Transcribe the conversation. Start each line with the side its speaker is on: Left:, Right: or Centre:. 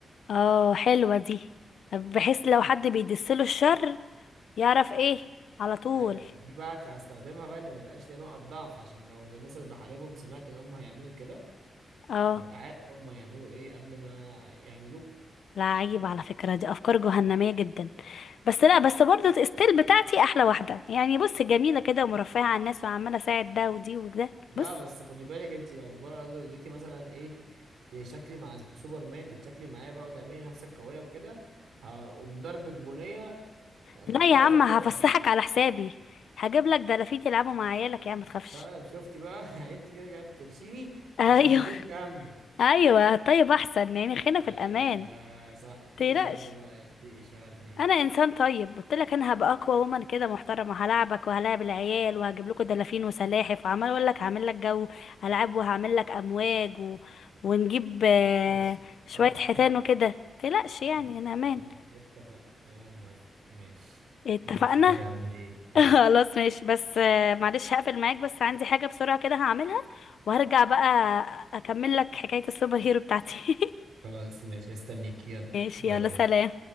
Left: اه حلوة دي بحيث لو حد بيدسله الشر يعرف ايه على طول
Right: ايوه بقى، دي بقى هستخدمها بقى ان ما يبقاش ليا نقط ضعف عشان لو الناس اللي بحاربهم سمعت ان هم هيعملوا كده
Left: اه
Right: هبقى عارف هم هيعملوا ايه قبل ما يعملوه
Left: لا عيب على فكرة دي افكار جهنمية جدا بس لا بس برضو الستيل بتاعتي احلى واحدة يعني بص جميلة كده ومرفهة على الناس وعمالة اساعد ده ودي وده
Right: لا
Left: بص
Right: بس خدي بالك انت لو برضه جيتي مثلا ايه تشكلي مع سوبرمان تتشكلي معايا بقى وتعملي نفسك قويه وكده اقوم ضربك بنيه يعني
Left: لا
Right: خلاص
Left: يا عم
Right: كده
Left: هفسحك على حسابي هجيب لك دلافين يلعبوا مع عيالك يا عم ما تخافش
Right: فاهم شفتي بقى <laughs> يعني انت كده كده بترشيني
Left: <laughs> ايوه
Right: عشان ما اجيش جنبك
Left: ايوه طيب احسن يعني خلينا
Right: ايوه
Left: في الامان
Right: صح اتقي
Left: متقلقش
Right: شر بقى اتقي شري
Left: انا انسان طيب قلت لك انا هبقى اقوى ومن كده محترمه هلاعبك وهلاعب العيال وهجيب لكم دلافين وسلاحف وعمال اقول لك هعمل لك جو العاب وهعمل لك امواج و... ونجيب آه،
Right: ماشي
Left: شويه
Right: خلاص
Left: حيتان
Right: اتفقنا
Left: وكده متقلقش يعني
Right: اتفقنا
Left: انا امان
Right: اتفقنا اتفقنا انا موافق ماشي
Left: اتفقنا
Right: اما نشوف هتعمل ايه اتفقنا
Left: <laughs> خلاص ماشي بس آه، معلش هقفل معاك بس عندي حاجه بسرعه كده هعملها وهرجع بقى اكمل لك حكايه السوبر هيرو بتاعتي
Right: خلاص ماشي استنيك يلا
Left: <laughs> ماشي
Right: باي
Left: يلا
Right: باي
Left: سلام